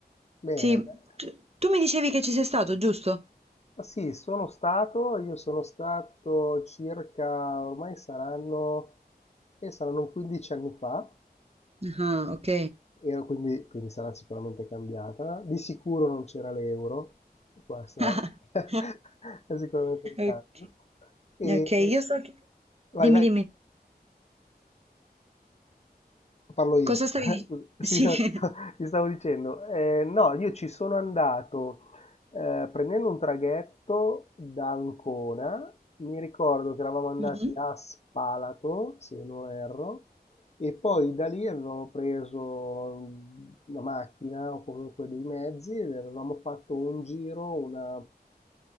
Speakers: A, on the left; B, on the right.
A: bene.
B: Sì,
A: beh,
B: tu, tu mi dicevi che ci sei stato, giusto?
A: ah, Sì, sono stato, io sono stato circa, ormai saranno, eh, saranno 15 anni fa,
B: Ah, ok.
A: ero quindi, quindi sarà sicuramente cambiata, di sicuro non c'era l'euro, questa
B: <laughs>
A: è, <laughs> è sicuramente un cambio.
B: Ok,
A: E
B: ok, io so che...
A: vai,
B: Dimmi,
A: vai.
B: dimmi,
A: Parlo io.
B: cosa stavi
A: <laughs>
B: dicendo?
A: Sì, no, ti sta-
B: Sì.
A: ti stavo dicendo. Eh, no, io ci sono andato eh, prendendo un traghetto da Ancona. Mi ricordo che eravamo
B: <laughs>
A: andati
B: Mhm.
A: a Spalato, se non erro, e poi da lì avevamo preso una macchina o comunque dei mezzi ed avevamo fatto un giro, una